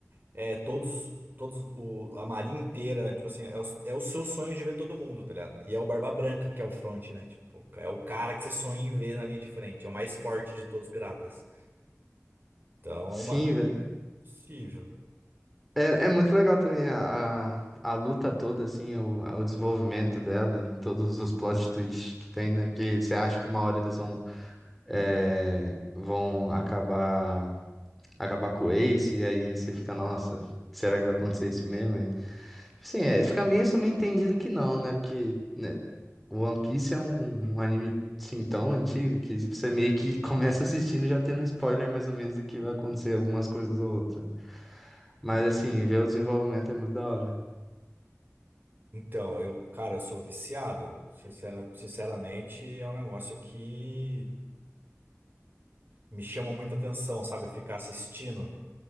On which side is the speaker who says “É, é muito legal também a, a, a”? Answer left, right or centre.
Centre